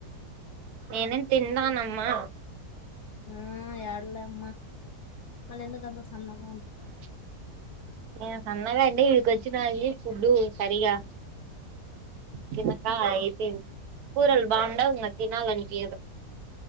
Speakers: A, on the right; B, on the left.
A: నేనెన్ తిన్నానమ్మా
B: హు యాడలే అమ్మా కళ్ళు ఎందుకుంత సన్నగ్
A: ప్చ్ ఏం సన్నగాండి ఇవి కోచ్ చినాయి ఫుడ్ సరిగా తినకా అయితేం కూరలు బాగుండవ్ నాకు తినాలి అనిపియదు.